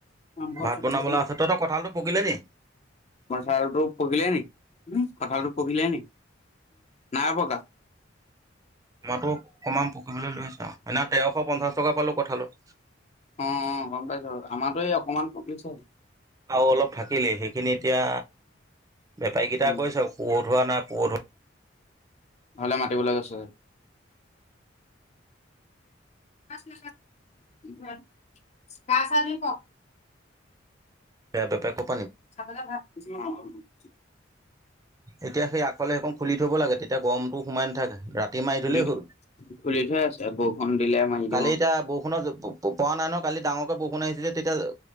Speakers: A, on the left; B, on the right.
A: ভাল
B: ভাত
A: থ
B: বনাবলৈ
A: <unintelligible>
B: আছে তহঁতৰ কঁঠালটো পকিলে নি?
A: কঠালটো পকিলে নি কঠালতটো পকিলে নি। নাই পকা।
B: মইাতো অকমান পকিবলৈ লৈছো এনা তেৰশ পঞ্চাশ টকা পালো কঁঠালত।
A: অ', গম পাইছো আমাৰতো এই অকমান পকিছে।
B: আৰুও অলপ থাকিলে সেইখিনি এতিয়া। বেপাৰীকেইটা
A: উম,
B: কৈছে পুৰঠ হোৱা নাই পো
A: হ'লে মাতিবলৈ কৈছে। ন গছ আাৰি প <unintelligible>
B: এেয়া বেপাৰ ক <unintelligible>
A: চাব য ভা <unintelligible>
B: এতিয়া সেই আগফালে সেইখন খুলি থ'ব লাগে তেতিয়া গৰমতো সোমাই নাথাকে ৰাতি। মাৰি থ'লেই
A: ঘুলি খুলি
B: হ'ল।
A: থোৱাই আছে, বৰষুণ দিলে মাৰি
B: কালি
A: দিওঁ।
B: এতিয়া বৰষুণত পোৱা নাই ন কালি ডাঙৰকৈ বৰষুণ আহিছিল যে তেতিয়া